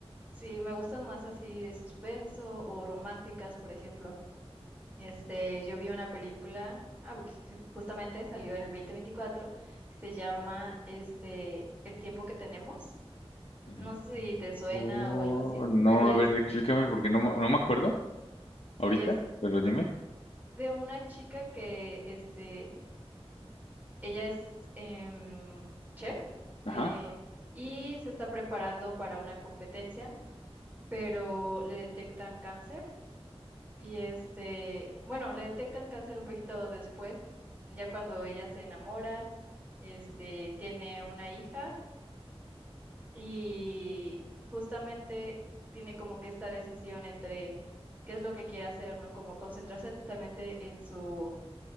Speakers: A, on the right; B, on the left.
A: si me gustan más así de suspenso o románticas, por ejemplo. Este, yo vi una película, ah, porque que justamente salió en el dos mil veinticuatro, que se llama este, El tiempo que tenemos.
B: Em,
A: No sé si te suena
B: oh,
A: o algo así,
B: no,
A: pero es,
B: a ver, explícame porque no, no me acuerdo
A: sí,
B: ahorita,
A: es
B: pero dime.
A: de una chica que, este, ella es em, chef
B: Ajá.
A: eh, y se está preparando para una competencia, pero le detectan cáncer Y este, bueno, le detectan cáncer un poquito después, ya cuando ella se enamora, este, tiene una hija y justamente tiene como que esta decisión entre qué es lo que quiere hacer, ¿no? Como concentrarse totalmente en su